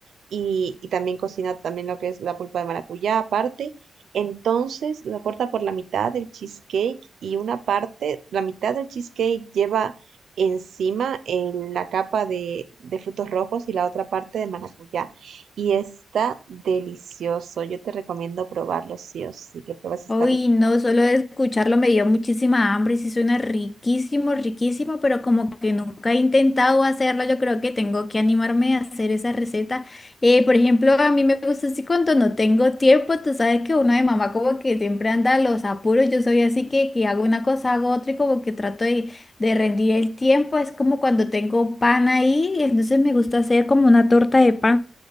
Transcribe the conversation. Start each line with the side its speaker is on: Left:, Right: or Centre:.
Right: y, y también cocina también lo que es la pulpa de maracuyá aparte. Entonces lo corta por la mitad del cheesecake y una parte, la mitad del cheesecake lleva encima el- la capa de, de frutos rojos y la otra parte de maracuyá. Y está delicioso. Yo te recomiendo probarlo sí o sí, que pruebes esta
Left: Uy,
Right: receta.
Left: no, solo de escucharlo me dio muchísima hambre, sí suena riquísimo, riquísimo, pero como que nunca he intentado hacerlo, yo creo que tengo que animarme a hacer esa receta. Eh, por ejemplo, a mí me gusta así cuando no tengo tiempo, tú sabes que uno de mamá como que siempre anda a los apuros, yo soy así que, que hago una cosa, hago otra y como que trato de, de rendir el tiempo, es como cuando tengo pan ahí, entonces me gusta hacer como una torta de pan.